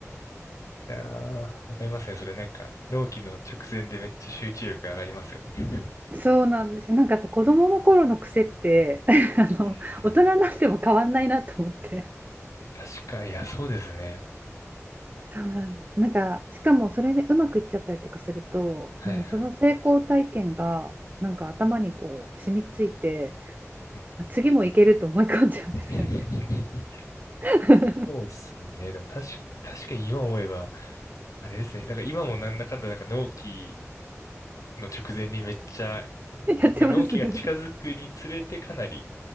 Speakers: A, on the left (about 85°); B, on the right (about 35°).
A: いやー、わかりますね。それなんか、納期の直前でめっちゃ集中力上がりますよね。
B: <laughs> そうなんですよ。なんかやっぱ子供の頃の癖って <laughs> あの大人になっても変わんないなと思って。
A: うーん、確か、いや、そうですね。
B: そうなんです。なんか、しかもそれでうまくいっちゃったりとかすると、
A: はいはい。
B: もうその成功体験が、なんか頭にこう、染みついて、
A: うんうん
B: 次もいけると思い込んじゃうんですよね。
A: <laughs>
B: <laughs>
A: そうですね。でも確か、確かに今思えば、あれですね。なんか今もなんだかんだなんか納期の直前にめっちゃ、
B: やってます。
A: な納期が近づくにつれてかなり、
B: <laughs>